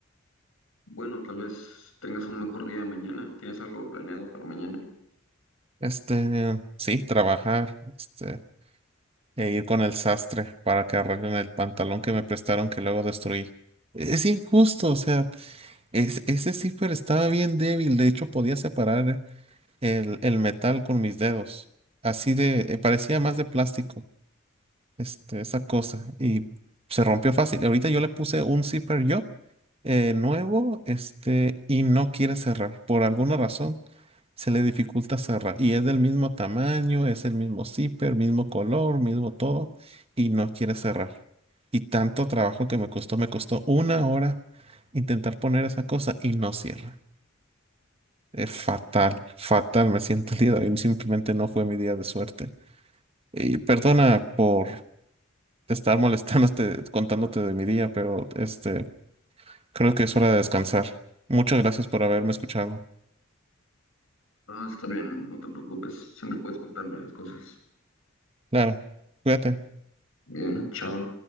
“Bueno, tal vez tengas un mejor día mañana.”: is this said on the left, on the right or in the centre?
Left